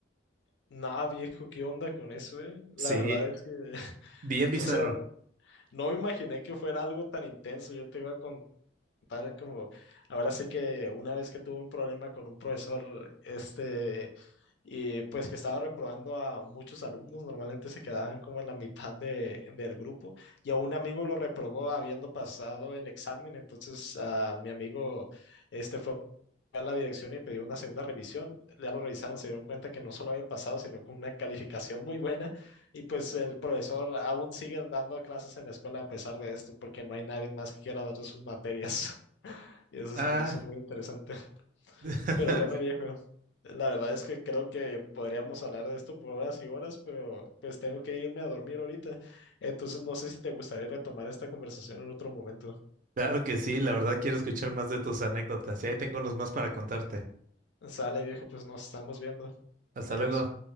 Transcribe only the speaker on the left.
Nah, viejo, ¿qué onda con eso, eh? La
verdad es que, <laughs>
o sea, no me imaginé que fuera algo tan intenso. Yo te iba a contar contar como, ahora sí que una vez que tuve un problema con un profesor, este, y pues que estaba reprobando a muchos alumnos, normalmente se quedaban como en la mitad de, del grupo, y a un amigo lo reprobó habiendo pasado el examen, entonces a mi amigo, este fue a la dirección y pidió una segunda revisión, ya lo revisaron, se dio cuenta que no solo había pasado, sino con una calificación muy buena, y pues el profesor aún sigue dando clases en la escuela a pesar de esto, porque no hay nadie más que quiera dar sus materias. Y eso
se me hizo muy interesante. <laughs>
Pero bueno, viejo, la verdad es que creo que podríamos hablar de esto por horas y horas, pero pues tengo que irme a dormir ahorita. Entonces no sé si te gustaría retomar esta conversación en otro momento.
Sale, viejo, pues nos estamos viendo.
Adiós.